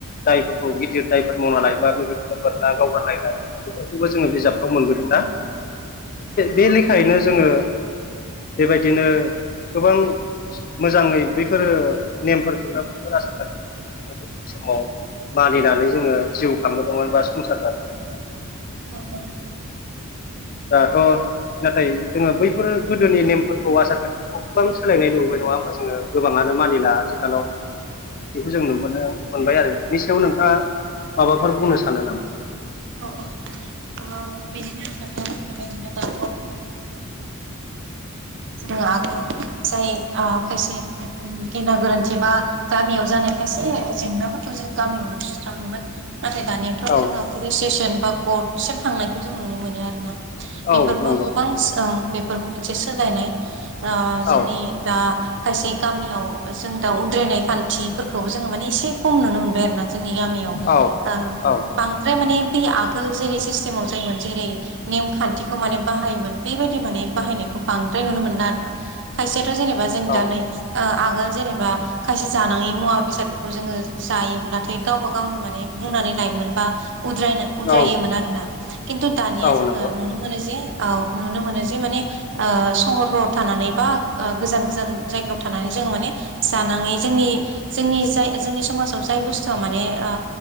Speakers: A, on the left; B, on the right.
A: दायफोरखौ गिदिर दायफोरखौ मावना लायोबा बेबायदिनो बोरला गावगारलायनाय। बेखौबो जोंङो बिजाबखौ मोनबोदों दा बे लेखायैनो जोंङो।
B: <inaudible>
A: बेबायदिनो गोबां मोजाङै बैफोरो नेमफोरखौनो बैफोर आसार खान्थिफोरखौनो जोङो गोदान समाव मानिनानै जोंङो जिउ खांबोदोंमोन बा संसार जाबोदोंमोन आरो।
B: <unintelligible>
A: दाथ' नाथाय जोङो बैफोर गोदोनि नेमफोरखौ आसार खान्थिफोरखौ गोबां सोलायनाय नुबोबाय। नङा होमबा जोंङो गोबाङानो मानिला आथिखालाव।
B: <inaudible>
A: बेखौ जों नुबोनो मोनबाय आरो बिनि सायाव नोंथांङा माबाफोर बुंनो सानो नामा?
B: औ - औ औ बिदिनो <unintelligible> <unintelligible> जोङो आगोल जाय खायसे गेना गोरोन्थि बा गामियाव जानाय एसे जेंनाफोरखौ जों गामियावनो सुस्राङोमोन। नाथाय दानियाथ'
A: औ
B: जोंङो पुलिस स्टेसन बा कर्ट सिम थांनायखौ जों नुनो मोनो आरोना बेफोरबो
A: औ नंगौ
B: गोबां ओ बेफोरबो मोनसे सोलायनाय। ओ जोंनि
A: औ
B: दा खायसे गामियाव जों दा उद्रायनाय खान्थिफोरखौबो जोङो माने एसे खम नुनो मोनबाय आरोना। जोंनि गामियाव ओ
A: औ औ
B: बां सिन माने बे आगोल जेरै सिस्टेमाव जों मोनसे जेरै नेम खान्थिखौ माने बाहायोमोन बेबायदि माने बाहायनायखौ बांद्राय नुनो मोनला आरोना। खायसेयाथ' जेनेबा जों
A: औ
B: दा नै आगोल जेनेबा खायसे जानाङि मुवा बेसादफोरखौ जोङो जायोब्लाथाय गावबा गावनो माने बुंना लायोमोन बा उद्रायनो उद्रायोमोन
A: औ
B: आरोना। खिन्थु दानिया
A: औ
B: जोङो
A: नंगौ
B: नुनो मोनो जे औ नुनो मोनो जे माने ओ सहरफोराव थानानै बा गोजान गोजान जायगायाव थानानै जों माने जानाङै जोंनि जोंनि जाय जोंनि समाजाव जाय बुस्थुआ माने ओ